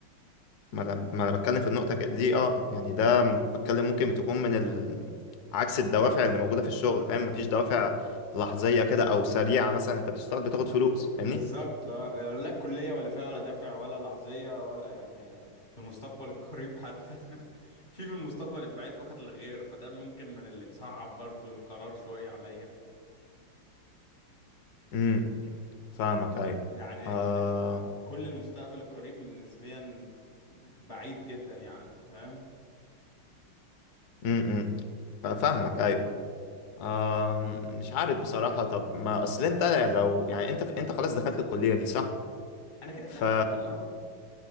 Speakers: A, on the left (about 60°); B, on the left (about 30°).
A: ما انا ما انا بتكلم في النقطه ك- دي اه يعني
B: ال-
A: ده م- بتكلم ممكن تكون من ال... عكس الدوافع اللي موجوده في الشغل فاهم مفيش دوافع لحظيه كده او سريعه مثلا انت بتشتغل بتاخد فلوس
B: بالظبط
A: فاهمني
B: آه. لا الكلية ولا فيها ولا دافع ولا لحظية ولا يعني في المستقبل القريب حتى <laughs> في في المستقبل البعيد فقط لا غير فده ممكن من اللي مصعب برضو القرار شوية عليا
A: امم فاهمك ايوه
B: يعني
A: آه
B: ال- كل المستقبل القريب نسبيا بعيد جدا يعني فاهم
A: امم فاهمك ايوه آه مش عارف بصراحه طب ما اصل انت لو يعني انت انت خلاص دخلت الكليه دي صح
B: انا كده كده
A: ف
B: هكمل اه